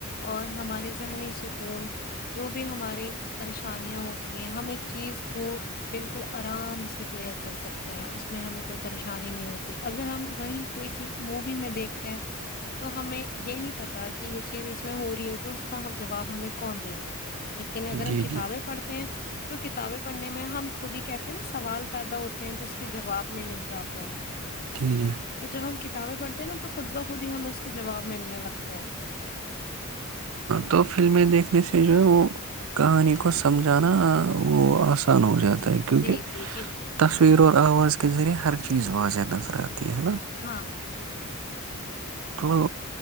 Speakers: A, on the left; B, on the right.
A: اور ہمارے ذہنی سکون جو بھی ہماری پریشانیاں ہوتی ہم ایک چیز کو بالکل آرام سے کلیئر کر سکتے ہیں اس میں ہمیں کوئی پریشانی نہیں ہوتی اگر ہم وہی کوئی چیز مووی میں دیکھ تو ہمیں یہ نہیں پتا کہ یہ چیز اس میں ہو رہی ہے تو اس کا جواب ہمیں کون دےینا لیکن اگر ہم
B: جی
A: کتابیں
B: جی
A: پڑھتے ہیں تو کتابیں پڑھنے میں ہم خود ہی کہتے ہیں نا سوال پیدا ہوتے ہیں تو اس کے جواب میں مل جاتے ہیں
B: جی جی
A: تو ج ہم کت کتابے پڑتے نا تو خود بخود ہی ہم اس کے جواب ملنے لگتے ہیں
B: تو فلمیں دیکھنے سے کہ جو ہے وہ کہانی کو سمجھانا وہ آسان ہو جاتا کیونکہ
A: جی جی بالکل
B: تصویر اور آواز کے ذریعہ ہر چیز بازے نظرات ہے نا
A: ہاں
B: تو لو